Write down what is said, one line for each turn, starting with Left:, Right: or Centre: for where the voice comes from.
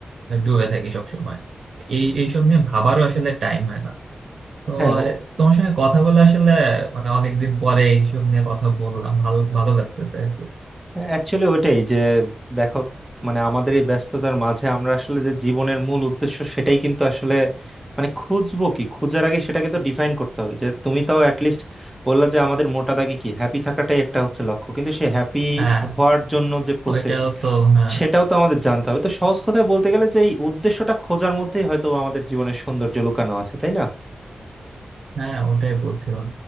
Right: ডুবে থাকি সব সময় এই এইসব নিয়ে ভাবারও আসলে টাইম হয় না তো
Centre: হ্যাঁ
Right: তোমার সঙ্গে কথা বলে আসলে মানে অনেকদিন পরে এইসব নিয়ে কথা বললাম ভালো ভালো লাগতেছে আর কি।
Centre: অ্যাকচুয়ালি ওইটাই যে দেখো মানে আমাদের এই ব্যস্ততার মাঝে আমরা আসলে যে জীবনের মূল উদ্দেশ্য সেটাই কিন্তু আসলে মানে খুঁজবো কি খুঁজার আগে সেটাকে তো ডিফাইন করতে হবে যে তুমি তাও অ্যাটলিস্ট বললা যে আমাদের মোটা দাগে কি হ্যাপি থাকাটাই একটা হচ্ছে লক্ষ্য কিন্তু সে হ্যাপি
Right: হ্যাঁ
Centre: হওয়ার জন্য যে প্রসেস
Right: ওইটাও তো হ্যাঁ
Centre: সেটাও তো আমাদের জানতে হবে তো সহজ কথায় বলতে গেলে যে এই উদ্দেশ্যটা খোঁজার মধ্যেই হয়তো আমাদের জীবনের সৌন্দর্য লুকানো আছে তাই না
Right: হ্যাঁ ওটাই বলছিলাম